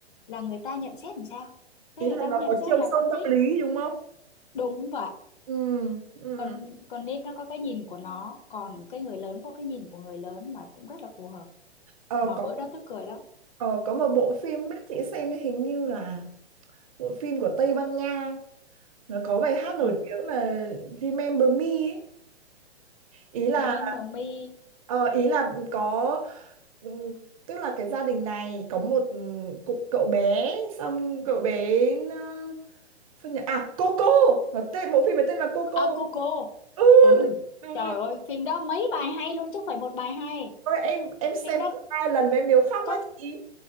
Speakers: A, on the left; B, on the right.
A: là người ta nhận xét làm sao thế
B: ý
A: người
B: là
A: ta cũng
B: nó
A: nhận
B: có
A: xét
B: chiều
A: là con
B: sâu tâm
A: nít
B: lý đúng không
A: đúng vậy
B: Ừ, ừ.
A: con con nít nó có cái nhìn của nó còn cái người lớn có cái nhìn của người lớn mà cũng rất là phù hợp
B: Ờ,
A: mà
B: có
A: bữa đó tức cười lắm
B: ờ, có một bộ phim biết chị xem hình như là bộ phim của Tây Ban Nha nó có bài hát nổi
A: ừ.
B: tiếng là Remember Me ấy. Ý là
A: Remember Me
B: ờ, ý là có ừm, tức là cái gia đình này có một ừm, cụ- cậu bé xong cậu bé nó, sao nhỉ à Coco nó tên bộ phim này tên là Coco
A: à Coco
B: ừ
A: ừ
B: đúng đúng,
A: trời
B: đúng.
A: ơi phim đó mấy bài hay luôn chứ không phải một bài hay
B: Ôi, em em
A: phim
B: xem
A: đó
B: tận hai lần mà em đều khóc
A: có
B: quá chị